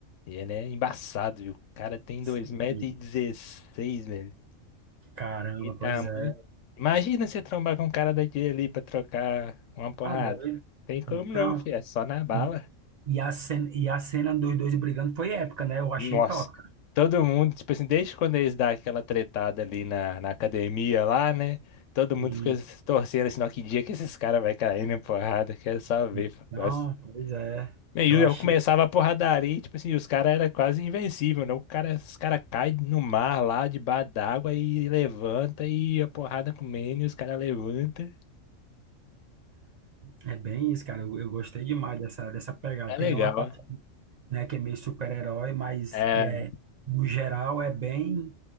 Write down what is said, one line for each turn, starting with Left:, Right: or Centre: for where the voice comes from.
Left: e ele é embaçado, viu? O cara tem dois
Right: Sim.
Left: metros e dezesseis, velho.
Right: Caramba,
Left: Que tamanho.
Right: pois é.
Left: Imagina você trombar com um cara daquele ali pra trocar uma porrada.
Right: Tá doido.
Left: Tem como
Right: Então,
Left: não, filho, é só na bala.
Right: e, e a cena, e a cena dos dois brigando foi épica, né? Eu achei
Left: Nossa,
Right: top. cara.
Left: todo mundo, tipo assim, desde quando eles dão aquela tretada ali na, na academia lá, né? Todo mundo
Right: E,
Left: fica se torcendo assim, ó, que dia que esses caras vai cair na porrada, quero só ver.
Right: então,
Left: Mas,
Right: pois é.
Left: né,
Right: Eu
Left: e eu
Right: achei.
Left: começava a porradaria, e, tipo assim, os caras eram quase invencível né? O cara, os caras caem no mar lá, debaixo d'água, e levanta, e a porrada comendo, e os caras levantam.
Right: É, é bem isso, cara. Eu, eu gostei demais dessa, dessa pegada.
Left: É
Right: Tem
Left: legal.
Right: uma parte. né, que é meio super-herói, mas
Left: É,
Right: e é, no geral é bem